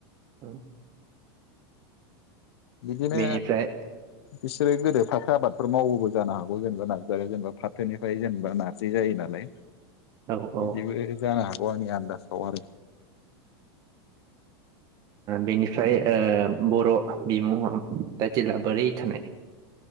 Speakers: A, on the right; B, on the left.
A: औ।
B: बिदिनो।
A: बेनिफ्राय
B: बिसोरो गोदो फाथो आबादफोर मावबो जानो हागौ, जेनेबा नार्जारियाव जेनेबा फाथोनिफ्राय जेनेबा नारजि जायो नालाय।
A: औ
B: बिदिबो
A: ओ
B: जानो हागो आंनि आन- दासाव आरो।
A: बेनिफ्राय ओ बर बिमुं टाइटेला बोरै थानाय?